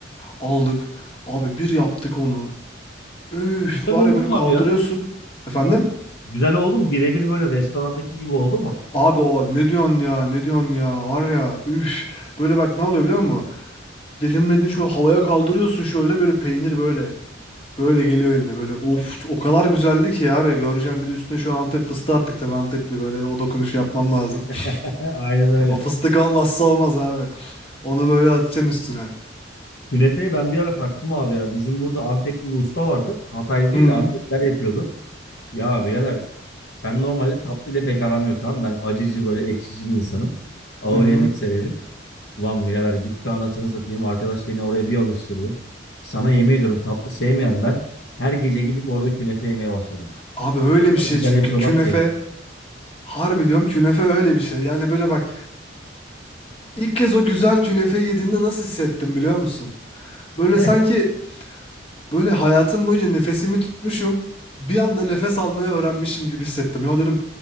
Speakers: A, on the left; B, on the left.
A: Aldık. Abi bir yaptık onu. Üf
B: Güzel
A: var
B: oldu
A: ya böyle
B: mu
A: kaldırıyorsun.
B: abi ya?
A: Efendim?
B: Güzel oldu mu? Birebir böyle restorandaki gibi oldu mu?
A: Abi o ne diyorsun ya ne diyorsun ya var ya üf. Böyle bak ne oluyor biliyor musun? Dilimledin şöyle havaya kaldırıyorsun şöyle böyle peynir böyle. Böyle geliyor eline böyle. Of o kadar güzeldi ki ya, ya göreceğim bir de üstüne şu Antep fıstığı attık tabii Antepli böyle o dokunuşu yapmam lazım.
B: <laughs>
A: <laughs>
B: Aynen öyle.
A: O fıstık olmazsa olmaz abi. Onu böyle atacaksın üstüne.
B: Künefeyi ben bir ara taktım abi ya. Bizim burada Antepli bir usta vardı. Hataylı
A: Hı
B: değil de Antepliler yapıyordu. Ya birader ben normalde tatlı ile pek aram yok tamam. mı? Ben acıcı böyle ekşici bir insanım. Ağır
A: hı. hı.
B: yemek severim. Ulan birader gitti anasını satayım. Arkadaş beni oraya bir alıştırdı. Sana yemin ediyorum tatlı sevmeyen ben. Her gece gidip orada künefe yemeye başladım.
A: Abi öyle
B: O kadar
A: bir şey
B: güzel
A: çünkü
B: yapıyorlar
A: künefe
B: ki.
A: harbi diyorum künefe öyle bir şey. Yani böyle bak İlk kez o güzel künefe yediğinde nasıl hissettim biliyor musun? Böyle
B: <laughs>
A: sanki böyle hayatım boyunca nefesimi tutmuşum. Bir anda nefes almayı öğrenmişim gibi hissettim. Ya dedim